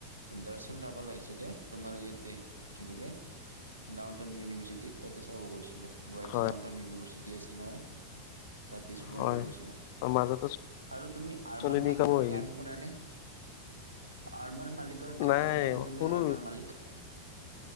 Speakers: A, on the right (about 80°); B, on the left (about 50°).
A: দৰ্শন ৰাব লাগিছিলে তোমাৰ ইয়াতে কি বোলে। ডাউন টাউন ইউনিভাৰ্চিটিত তাতে চাব গৈছিলো। গুৱাহাটী
B: হয়
A: ডাউনটাউন ইউনিভাৰ্চিটি আছে নহয়। তাই তেচু আনিব
B: হয়
A: গৈছো
B: মাজতে
A: আৰু তুমি। আৰমানাৰ
B: আঁচনি
A: মালিকৰ
B: কাম আহিল
A: গান শুনানে। আৰমানাৰ মালিক গান
B: নাই
A: শুনানি তুমি
B: শুনো
A: আৰমান মালিক।